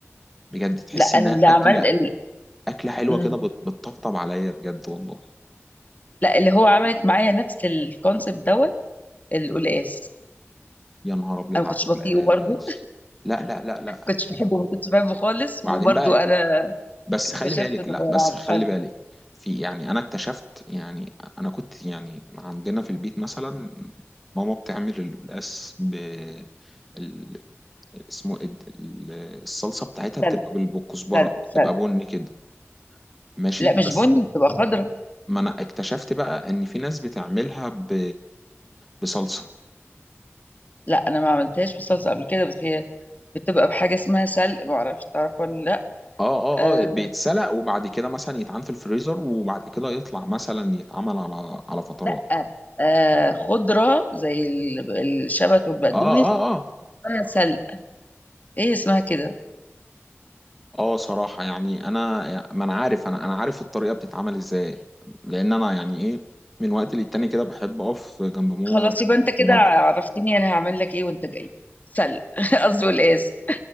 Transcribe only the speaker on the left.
لا انا
اللي عمل
ال...
مم،
لا اللي هو عملت معايا نفس الكونسيبت دوت القلقاس
انا ما
كنتش
بطيئه برضو
كنتش بحبه ما كنتش بحبه خالص
وبرضه
انا
اكتشفت
انه
غير
عبقري
سلق
سلق سلق
لا مش
بني بتبقى خضرا
لا انا ما عملتهاش بصلصه قبل كده بس هي بتبقى بحاجه اسمها سلق ما اعرفش تعرف ولا لا
آه
لا آه خضره زي ال- الشبت والبقدونس
اسمها سلق ايه اسمها كده
خلاص
يبقى انت كده
عرفتني انا هعمل لك ايه وانت جاي سلق <laughs> قصدي والاس